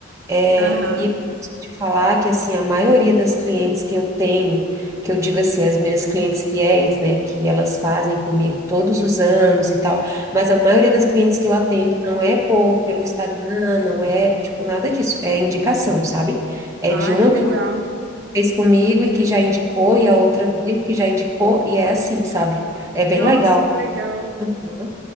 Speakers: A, on the right (about 15°); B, on the right (about 55°).
A: É,
B: Aham.
A: e eu posso te falar que, assim, a maioria das clientes que eu tenho, que eu digo assim, as minhas clientes fiéis, né, que elas fazem comigo todos os anos e tal, mas a maioria das clientes que eu atendo não é por, pelo Instagram, não é, tipo, nada disso, é indicação, sabe? É
B: Ah,
A: de uma
B: que legal.
A: fez comigo e que já indicou, e a outra veio que já indicou, e é assim, sabe? É bem
B: Nossa,
A: legal,
B: que legal.
A: né?